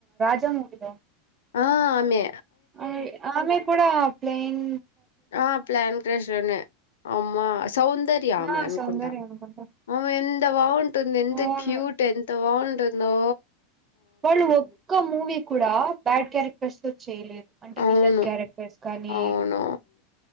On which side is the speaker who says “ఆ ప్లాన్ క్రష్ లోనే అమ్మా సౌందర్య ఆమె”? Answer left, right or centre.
Left